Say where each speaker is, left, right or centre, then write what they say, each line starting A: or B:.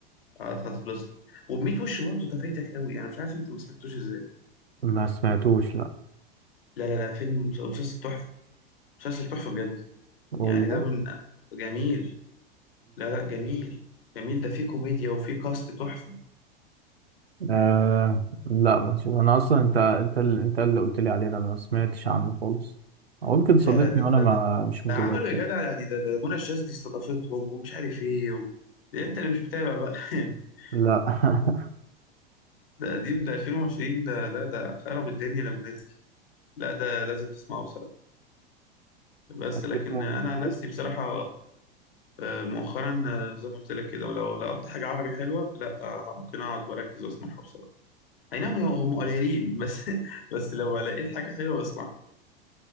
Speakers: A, on the left; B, on the right.
A: هت- هتتبسط وبميت وش برضه تفايتك قوي انا مش عارف انت ما سمعتوش ازاي
B: ما سمعتوش لا
A: لا لا لا فيلم مسلسل تحفة مسلسل تحفة بجد
B: والله
A: يعني ده من جميل لا لا جميل جميل ده فيه كوميديا وفيه كاست تحفة
B: آه لا ماشي انا اصلا انت انت اللي انت اللي قلت لي عليه انا ما سمعتش عنه خالص او يمكن
A: لا
B: صادفني
A: لا ده ده
B: وانا ما
A: ده,
B: مش متذكر
A: ده عملوا يا جدع يعني ده ده منى الشاذلي استضافتهم ومش عارف ايه و... ده انت اللي مش متابع بقى <laughs>
B: لا <laughs>
A: ده قديم ده 2020 ده ده ده خرب الدنيا لما نزل لا ده لازم تسمعه بصراحة بس لكن
B: اسمه
A: انا
B: مشوش
A: عن نفسي بصراحة آه، مؤخرا آه، زي ما قلت لك كده ولو لقطت حاجة عربي حلوة لا آه، ممكن اقعد واركز واسمعها بصراحة اي نعم هم هم قليلين بس <laughs> بس لو لقيت حاجة حلوة بسمعها